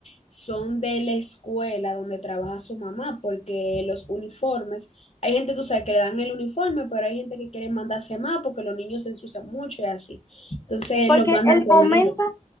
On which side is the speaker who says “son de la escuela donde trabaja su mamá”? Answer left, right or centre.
Left